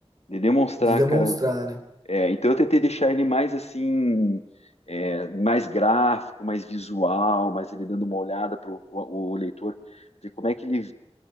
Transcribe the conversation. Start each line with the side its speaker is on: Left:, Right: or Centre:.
Left: de demonstrar,
Right: De demonstrar,
Left: cara.
Right: né?
Left: É, então eu tentei deixar ele mais assim, é, mais gráfico, mais visual, mais ele dando uma olhada para o leitor ver como é que ele,